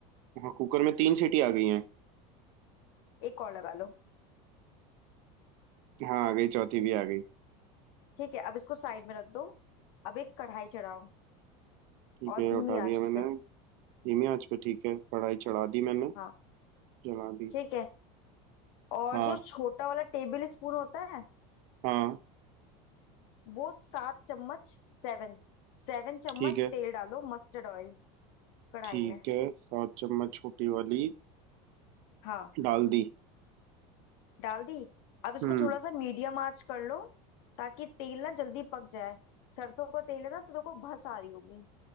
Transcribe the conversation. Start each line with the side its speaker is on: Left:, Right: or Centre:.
Right: हाँ कुकर में तीन सीटी आ गई हैं
Left: एक और लगा लो
Right: हाँ आ गई चौथी भी आ गई
Left: ठीक है अब इसको साइड में रख दो अब एक कढ़ाई चढ़ाओ
Right: ठीक
Left: और
Right: है
Left: धीमी
Right: उठा दिया
Left: आंच
Right: मैंने
Left: पे
Right: धीमी आंच पे ठीक है कढ़ाई चढ़ा दी मैंने
Left: हाँ
Right: जला दी
Left: ठीक है और
Right: हाँ
Left: जो छोटा वाला टेबल स्पून होता है
Right: हाँ
Left: वो सात चम्मच सेवन सेवन चम्मच
Right: ठीक है
Left: तेल डालो मस्टर्ड ऑयल कढ़ाई
Right: ठीक
Left: में
Right: है सात चम्मच छोटी वाली
Left: हाँ
Right: डाल दी
Left: डाल दी अब इसको
Right: हम्म
Left: थोड़ा सा मीडियम आंच कर लो ताकि तेल ना जल्दी पक जाए सरसों का तेल है ना तो देखो भस आ रही होगी